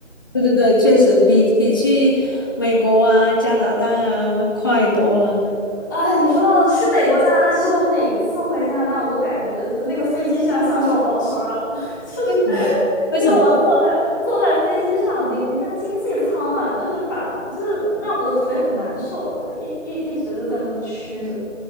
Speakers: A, on the left (about 15°); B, in the centre.
A: 对对对，确实比比去美国啊、加拿大啊快多了。
B: 哎，你说到去美国、加拿大，其实我每一次回加拿大，我都感觉那个飞机上像是要把我杀了，<laughs> 就是
A: 为什么？为什么？
B: 因为我坐在坐在飞机上，那那个经济舱啊，就是把就是让我的腿很难受啊，就一一一直就在那屈着。